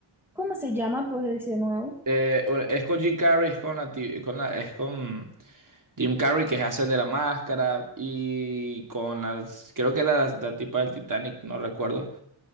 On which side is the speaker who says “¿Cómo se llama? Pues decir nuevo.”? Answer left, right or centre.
Centre